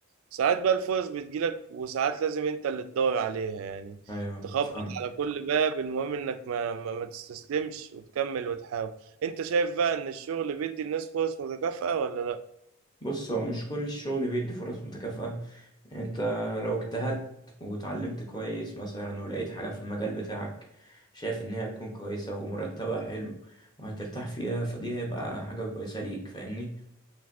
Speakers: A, on the right; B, on the left.
A: ساعات بقى الفرص بتجيلك وساعات لازم انت اللي تدور عليها يعني
B: ايوه
A: تخبط
B: فاهم
A: على كل باب المهم انك ما, ما, ما تستسلمش وتكمل وتحاول انت شايف بقى ان الشغل بيدي الناس فرص متكافئة ولا لا
B: بص هو مش كل الشغل بيدي فرص متكافئة يعني انت لو اجتهدت وتعلمت كويس مثلا ولقيت حاجة في المجال بتاعك شايف ان هي هتكون كويسة ومرتبها حلو وهترتاح فيها فدي هيبقى حاجة كويسة ليك فاهمني